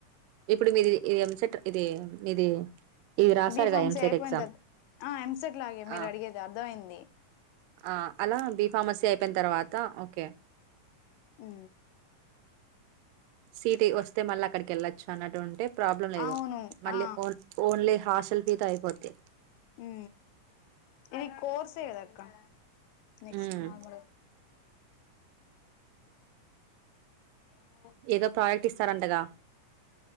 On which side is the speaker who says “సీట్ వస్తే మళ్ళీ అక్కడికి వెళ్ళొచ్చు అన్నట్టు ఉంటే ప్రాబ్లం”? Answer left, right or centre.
Right